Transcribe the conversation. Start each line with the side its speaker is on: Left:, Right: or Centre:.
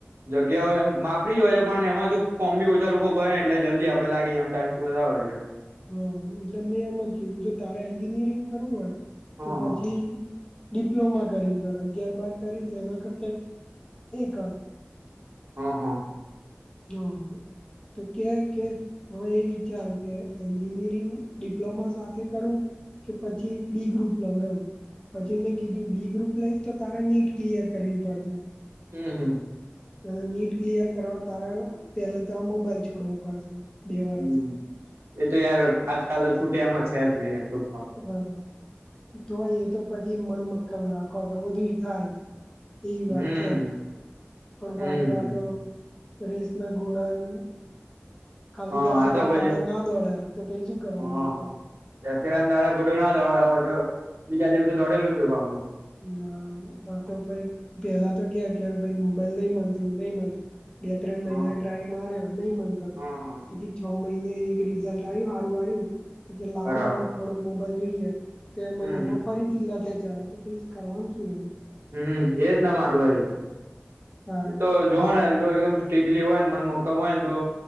Right: જગ્યાઓ એમ માપની જ હોય છે પણ એમાં શું ફોમ બી ઓછા લોકો ભરે એટલે જલ્દી આપણે લાગી જવાનું ચાન્સ <unintelligible> હોય છે.
Left: હા એટલે મેં એમ જ કધું જો તારે એન્જિનિયરિંગ કરવું હોય
Right: હા
Left: તો પછી
Right: હા
Left: ડિપ્લોમા કરીને કર અગિયાર બાર કરી જે એના કરતા એ કર
Right: હમ્મ હમ્મ
Left: હા. તો કે કે હવે એ વિચારો કે એન્જિનિયરિંગ ડિપ્લોમા સાથે કરવું? કે પછી બી ગ્રુપ લવો એમ પછી મેં કીધું બી ગ્રુપ લઈ તો તારે નીટ ક્લિયર કરવી પડશે.
Right: હમ્મ હમ્મ.
Left: અને નીટ ક્લિયર કરવા તારે પેલા તો આ મોબાઈલ છોડવો પડશે. બે વરસ
Right: હમ્મ એતો યાર આજકાલ તો છૂટે એમ છે જ નહી તો.
Left: હા તોય એ તો પછી મન મક્કમ રાખો તો બધુય થાય. એવી
Right: હમ
Left: વાત છે પણ
Right: હમ
Left: પાછુ
Right: હમ.
Left: આતો- - રેસના ઘોડા- - ખાલી
Right: હા
Left: દસેરાન
Right: આ તો પછી
Left: દાડ ના દોડે તો પછી શું કરવાનું
Right: હા
Left: આપડે
Right: દશેરાના દાડે ગોડું ના દોડ વોજો બીજા દિવસે દોડેલું તું ગામ નું- -
Left: ના આ તો ભાઈ પેલા તો કે કે ભાઈ મોબાઈલ નહી મંતું નહી મંતું બે ત્રણ
Right: હા.
Left: મહિના ટ્રાય માર્યો, નહી મનતો
Right: હા હા.
Left: પછી છ મહિને- - રિઝલ્ટ આવ્યું સારું આવ્યું તો કે લાવો
Right: બરાબર
Left: ને હવે થોડોક મોબાઈલ જોઈએ- - તેમાંને
Right: હમ
Left: એમાં
Right: હમ
Left: ફરીથી લથે ચઢ્યા તો પીસ કરવાનું શુ એમ નુ?
Right: હમ્મ એજ ના માર ભાઈ
Left: તારે
Right: તો જોવા
Left: આપડે
Right: ને જો એકદમ સ્ટ્રીકલી હોય ને મનમાં કમયને તો